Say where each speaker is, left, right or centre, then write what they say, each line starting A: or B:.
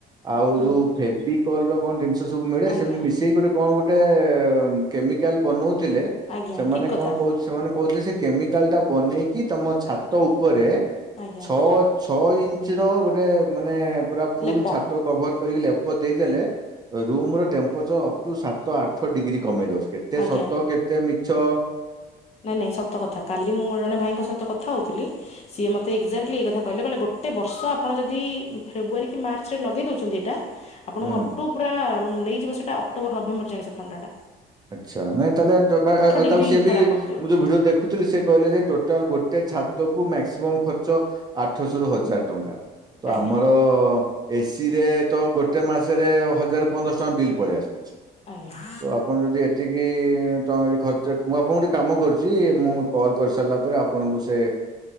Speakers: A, on the right; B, on the left.
A: ଆଉ
B: ହୁଁ
A: ଯୋଉ ଫେବିକଲ ର କଣ ଜିନ ସେ ସବୁ ମିଳେ
B: ଆଜ୍ଞା
A: ସେମିତି ମିଶେଇକି କଣ ଗୋଟେ କେମିକାଲ ବନଉଥିଲେ।
B: ଆଜ୍ଞା
A: ସେମାନେ
B: ଠିକ କଥା
A: କଣ କହୁ ସେମାନେ କହୁଥିଲେ ସେ କେମିକାଲ ଟା ବନେଇକି ତମ ଛାତ ଛାତଉପରେ
B: ଆଜ୍ଞା
A: ଛଅ ଛଅ ଇଞ୍ଚ ର ଗୋଟେ ମାନେ ପୁରା ଫୁଲ
B: ଲେପ
A: ଛାତ କଭର କରିକି ଲେପ ଦେଇଦେଲେ ରହି ରୁମ ର ଟେମ୍ପରେଚର ଅପ୍ ଟୁ ସାତ ଆଠ ଡିଗ୍ରୀ କମେଇ ଦବ କେତେ
B: ଆଜ୍ଞା
A: ସତ କେତେ ମିଛ।
B: ନହିଁ ନାଇଁ ସତ କଥା କାଲି ମୁଁ ଜଣେ ଭାଇଙ୍କ ସହିତ କଥା ହେଉଥିଲି। ସିଏ ମୋତେ ଏକ୍ଜାକ୍ଟଲି ଏ କଥା କହିଲେ ଗୋଟେ ବର୍ଷ ଆପଣ ଯଦି ଫେବୃୟାରୀ କି ମାର୍ଚ୍ଚରେ ଲଗେଇ ଦଉଛନ୍ତି ଏଟା ଆପଣଙ୍କୁ
A: ହୁଁ
B: ଅକ୍ଟୋ ପୁରା ନେଇଯିବ ସେଇଟା ଅକ୍ଟୋବର ନଭେମ୍ବର ଯାଏ ସେ ଥଣ୍ଡା ଟା।
A: ଆଚ୍ଛା ନାଇଁ ତାହେଲେ
B: ଡିଗ୍ରୀ
A: ତାକୁ ସିଏ ବି
B: ଖରା କମି ଯାଉଛି
A: ମୁଁ ଯୋଉ ଭିଡିଓ ଦେଖୁଥିଲି ସେ କହିଲେ ଯେ ତୋଟା ତାହେଲେଗୋଟେ ଛାତକୁୁ ମ୍ୟାକ୍ସିମମ୍ ଖର୍ଚ୍ଚ ଆଠଶ ରୁ ହଜାର ଟଙ୍କା। ତ
B: ଆଜ୍ଞା
A: ଆମର। ଏସିି ରେ ତ ଗୋଟେ ମାସରେ ହଜାର ପନ୍ଦରଶହଟଙ୍କା ବିଲ୍ ପଳେଇ ଆସୁଚି।
B: ଆଜ୍ଞା।
A: ତ ଆପଣ ଯଦି ଏତିକି ଟଙ୍କା ଯଦି ଖର୍ଚ୍ଚ ମୁଁ ଆପଣଙ୍କୁ ଗୋଟେ କାମ କରୁଚି ମୁଁ କଲ୍ କରିସାରିଲା ପରେ ଆପ ଆପଣଙ୍କୁ ସେ